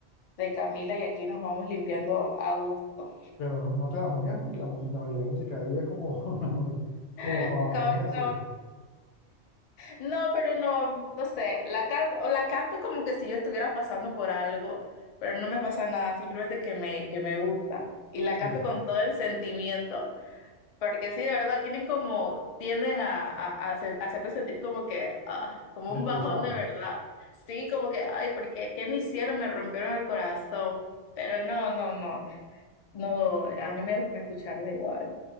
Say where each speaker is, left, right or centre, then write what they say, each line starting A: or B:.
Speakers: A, on the left; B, on the left.
A: de Camila y aquí nos vamos limpiando a gusto.
B: pero no, no te bajoneas porque la, mus- la mayoría de música de ellos es como, <laughs> como
A: <laughs>
B: para bajonearse,
A: Como, <laughs> No, pero no, no sé, la canto, la canto como que si yo estuviera pasando por algo, pero no me pasa nada, simplemente que me, que me gusta. Y la
B: sí,
A: canto con todo el sentimiento, porque sí, de verdad, tienen como, tienden a, a, a hacer- a hacerte sentir como que, ah, como
B: despechado.
A: un bajón de verdad. Sí, como que, ay, porque, ¿qué me hicieron? Me rompieron el corazón. Pero no, no, no, no, a mí me gusta escucharla igual.